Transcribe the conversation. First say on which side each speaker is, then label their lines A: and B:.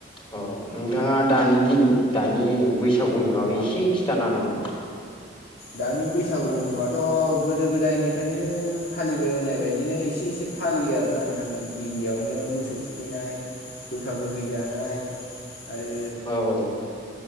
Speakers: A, on the left; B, on the left.
A: औ नोंथाङा दानि दानि बैसागुनि बागै एसे खिथानो हागोन नामा?
B: दानि बैसागु होनोबथ' गोदो गोदायनिफ्रायनो फालिबोनाय बायदिनो एसे एसे फालियो आरो ना नोंथां गिबियावनो मोसौ थुखैनाय गोखा गोखै जानाय आरो
A: औ।